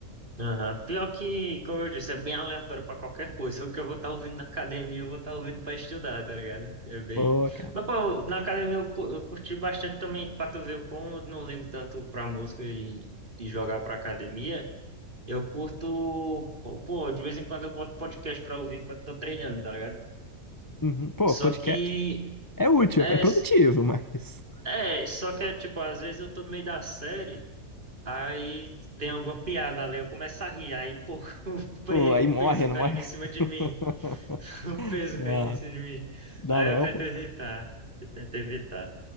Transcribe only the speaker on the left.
Pô, cara.
Uhum. Pô,
podcast
é útil,
é produtivo, mas.
Pô, aí
morre,
não
morre?
<laughs>
Não,
dá
não,
pô.